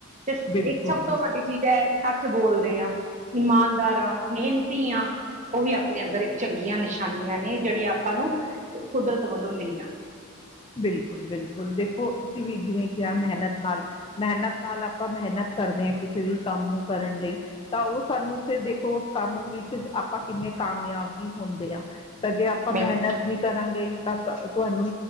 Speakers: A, on the right; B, on the left.
A: ਤੇ
B: ਬਿਲਕੁਲ
A: ਇੱਕ ਸਭ
B: ਬਿਲਕੁਲ
A: ਤੋਂ ਵੱਡੀ ਇਕ ਚੀਜ਼ ਹੈ ਸੱਚ ਬੋਲਦੇ ਹਾਂ। ਇਮਾਨਦਾਰ ਆ ਮਿਹਨਤੀ ਹਾਂ। ਉਹ ਵੀ ਆਪਣੇ ਅੰਦਰ ਇੱਕ ਚੰਗੀਆਂ ਨਿਸ਼ਾਨੀਆਂ ਨੇ ਜਿਹੜੀਆਂ ਆਪਾਂ ਨੂੰ, ਕੁਦਰਤ ਵੱਲੋਂ ਮਿਲੀਆਂ ਨੇ
B: ਬਿਲਕੁੱਲ- ਬਿਲਕੁੱਲ ਦੇਖੋ, ਤੁਸੀਂ ਵੀ ਜਿਵੇਂ ਕਿਹਾ ਮਿਹਨਤ ਨਾਲ ਮਿਹਨਤ ਨਾਲ ਆਪ ਆਪਾਂ ਮਿਹਨਤ ਕਰਦੇ ਹਾਂ, ਕਿਸੇ ਵੀ ਕੰਮ ਨੂੰ ਕਰਨ ਲਈ ਤਾਂ ਉਹ ਸਾਨੂੰ ਫਿਰ ਦੇਖੋ ਉਸ ਕੰਮ ਵਿੱਚ ਆਪਾਂ ਕਿੰਨੇ ਕਾਮਯਾਬ ਵੀ ਹੁੰਦੇ ਆ ਤਾਂ ਜੇ ਆਪਾਂ
A: ਬਿਲਕੁਲ
B: ਮਿਹਨਤ ਨੀ ਕਰਾਂਗੇ ਤਾਂ ਤੁਹਾਨੂੰ